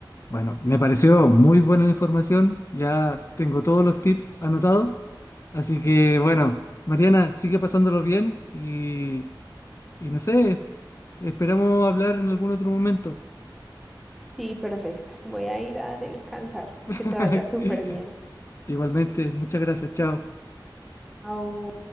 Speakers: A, on the left; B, in the centre.
A: Bueno, me pareció muy buena la información, ya tengo todos los tips anotados, así que bueno, Mariana, sigue pasándolo bien y, y no sé, esperamos hablar en algún otro momento.
B: Sí, perfecto. Voy a ir a descansar.
A: <laughs>
B: Que te vaya súper bien.
A: Igualmente, muchas gracias, chao.
B: Chao.